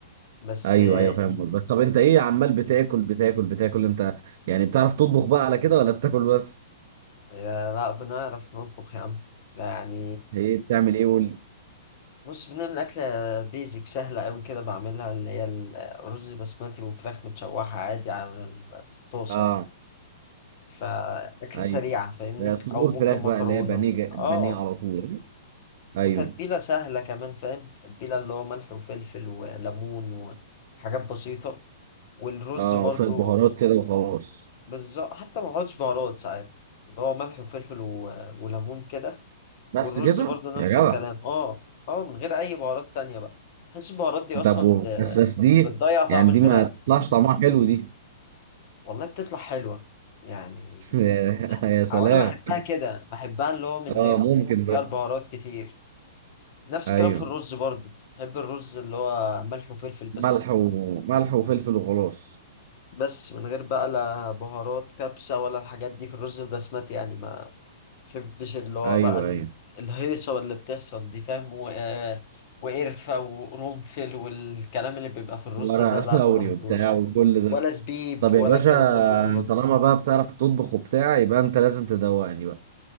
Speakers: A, on the left; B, on the right.
A: بس
B: ايوه
A: آه،
B: ايوه فاهم
A: إن...
B: قصدك طب انت ايه عمال
A: إن...
B: بتاكل بتاكل بتاكل انت يعني بتعرف تطبخ بقى على كده ولا بتاكل بس
A: آه، لا بنعرف نطبخ يا عم لا يعني
B: ايه بتعمل ايه قول لي
A: بص بنعمل أكلة بيزك سهلة أوي كده بعملها اللي هي الرز بسمتي وفراخ متشوحة عادي على ال- في الطاسة
B: اه
A: يعني فأكلة
B: ايوه
A: سريعة فاهمني
B: ده صدور
A: أو ممكن
B: فراخ
A: مكرونة
B: بقى اللي هي بانيه جا- بانيه
A: اه
B: على طول ايوه أيوه.
A: وتتبيلة سهلة كمان فاهم تتبيلة اللي هو ملح وفلفل وليمون وحاجات بسيطة والرز
B: اه
A: برضو
B: وشويه بهارات كده وخلاص
A: بالظبط حتى ما بحطش بهارات ساعات اللي هو ملح وفلفل و... وليمون كده
B: بس
A: والرز
B: كده
A: برضو نفس
B: يا جدع
A: الكلام اه اه من غير أي بهارات تانية بقى بحس البهارات دي أصلا
B: طب و-
A: ب...
B: بس بس دي
A: بتضيع طعم
B: يعني
A: الفراخ
B: دي ما تطلعش طعمها حلو دي
A: والله بتطلع حلوة يعني
B: <laughs> يا سلام
A: أو أنا بحبها كده بحبها اللي هو من
B: اه
A: غير
B: ممكن
A: ما يبقى فيها
B: بقى
A: البهارات كتير نفس
B: ايوه
A: الكلام في الرز برضو بحب الرز اللي هو ملح وفلفل بس
B: ملح وملح وفلفل وخلاص
A: بس من غير بقى لا بهارات كبسة ولا الحاجات دي في الرز البسمتي يعني ما بحبش اللي هو
B: ايوه
A: بقى ال-
B: ايوه
A: الهيصة اللي بتحصل دي فاهم و... آه، وقرفة وقرنفل والكلام اللي بيبقى في الرز
B: ورق
A: ده لا
B: لوري
A: ما بحبوش
B: وبتاع وكل
A: ولا
B: ده
A: زبيب
B: طب يا
A: ولا
B: باشا
A: الكلام ده كله برضه
B: طالما بقى بتعرف تطبخ وبتاع يبقى انت لازم تدوقني بقى